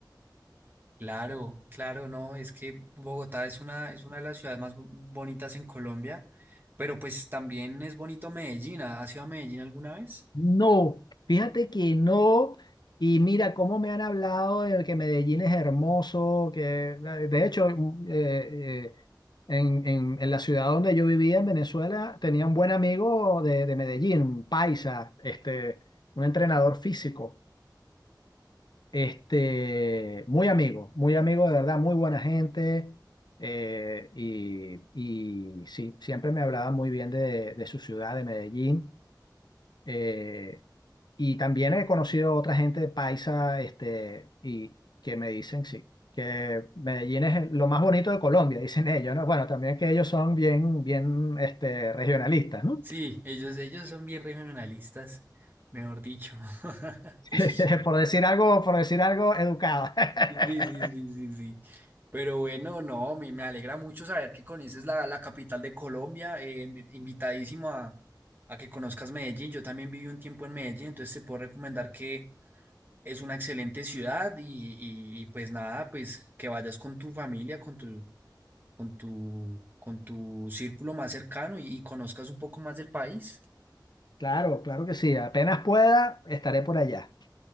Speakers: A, on the right; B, on the left.
A: Claro, claro, no, es que Bogotá es una, es una de las ciudades más bo- bonitas en Colombia, pero pues también es bonito Medellín. ¿Ha- ¿Has ido a Medellín alguna vez?
B: No, fíjate que no. Y mira cómo me han hablado de que Medellín es hermoso, que eh, de hecho mm, eh, eh, en, en- en la ciudad donde yo vivía en Venezuela tenía un buen amigo de, de Medellín, un paisa, este, un entrenador físico, este, muy amigo, muy amigo de verdad, muy buena gente. eh, y, y sí, siempre me hablaba muy bien de, de su ciudad, de Medellín. eh, y también he conocido otra gente paisa, este, y que me dicen, sí, que Medellín es lo más bonito de Colombia, <laughs> dicen ellos, ¿no? Bueno, también que ellos son bien, bien, este, regionalistas, ¿no?
A: Sí, ellos, ellos son bien regionalistas, mejor dicho. <laughs>
B: <laughs> Por decir algo, por decir algo educado. <laughs>
A: Sí, sí, sí, sí, sí. Pero bueno, no, me, me alegra mucho saber que conoces la, la capital de Colombia. eh, invitadísimo a, a que conozcas Medellín. Yo también viví un tiempo en Medellín, entonces te puedo recomendar que Es una excelente ciudad y, y- y, pues nada, pues que vayas con tu familia, con tu, con tu, con tu círculo más cercano y, y conozcas un poco más del país.
B: Claro, claro que sí. Apenas pueda, estaré por allá.